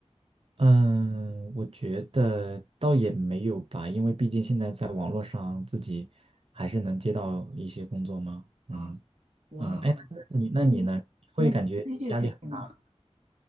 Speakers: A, on the right; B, on the right.
A: 嗯，我觉得倒也没有吧，因为毕竟现在在网络上自己还是能接到一些工作嘛。
B: 啊，
A: 嗯
B: 哇，
A: 嗯，哎，那你那你呢？
B: 那你
A: 会感觉压力很大
B: 那你推荐推荐吗？